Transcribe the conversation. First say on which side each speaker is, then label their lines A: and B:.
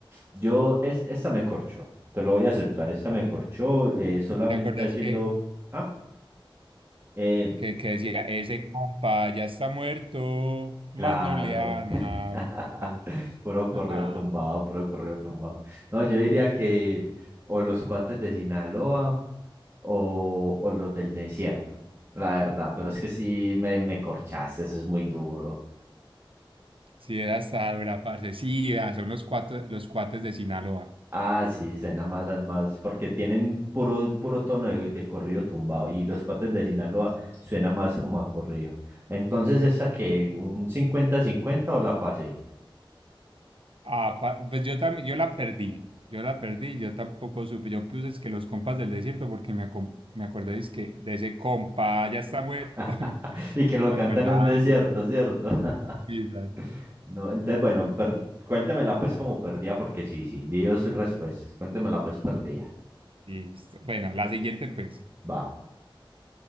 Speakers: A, on the right; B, on the right.
A: Yo, es, esta me corchó, te lo voy a aceptar, esta me corchó eh, solamente
B: ¿Te acuerdas
A: haciendo...
B: que,
A: Ah, eh,
B: que, que decía, ese compa ya está muerto, más
A: claro.
B: no le han
A: <laughs>
B: avisado?
A: Puro corrido
B: <laughs>
A: tumbado, puro corrido tumbado. No, yo diría que o los cuates de Sinaloa o, o los del desierto, la verdad, pero es que sí me, me corchaste, eso es muy duro.
B: Sí, era hasta dura, parce. Sí, vea, son los cuates, los cuates de Sinaloa.
A: Ah, sí, suena más, a- más, porque tienen puro, puro tono de, de corrido tumbado y los cotes de Sinaloa suena más como a corrido. Entonces, ¿esa que un cincuenta-cincuenta o la pasé?
B: Ah, pa- pues yo también, yo la perdí, yo la perdí, yo tampoco supe, yo puse es que los compas del desierto porque me, acom- me acordé es que de ese compa ya está muerto,
A: <laughs>
B: <laughs>
A: Y que lo
B: me
A: cantan
B: acordaba
A: en un desierto,
B: de él.
A: ¿cierto? <laughs>
B: Sí, la-
A: No, entonces, bueno, per- cuéntemela pues como perdida, porque sí, sí, dio sus respuestas. Cuéntemela pues perdida.
B: Listo. Bueno, la siguiente pues.
A: Va.